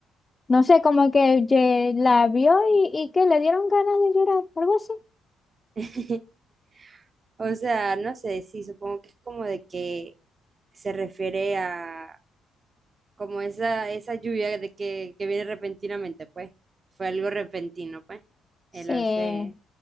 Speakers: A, on the left; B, on the right.
A: no sé, como que ye- la vio y, y que le dieron ganas de llorar, algo así.
B: <laughs> O sea, no sé, sí, supongo que es como de que se refiere a como esa, esa lluvia de que, que viene repentinamente, pues. Fue algo repentino, pues.
A: Sí,
B: Él a veces,